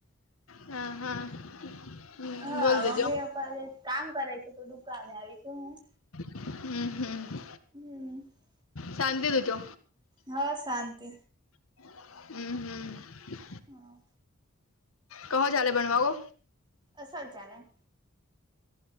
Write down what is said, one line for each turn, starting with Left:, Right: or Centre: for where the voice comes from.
Left: હા હા. હમ
Right: હા
Left: બોલ દેજો
Right: મમ્મી પપ્પા કામ કરે છે તો દુકાને આવી છું હું.
Left: હમ હમ
Right: હમ
Left: શાંતિ તું છો.
Right: હા શાંતિ.
Left: હમ હમ.
Right: હા.
Left: કહો ચાલે બનવાવો.
Right: અસલ ચાલે.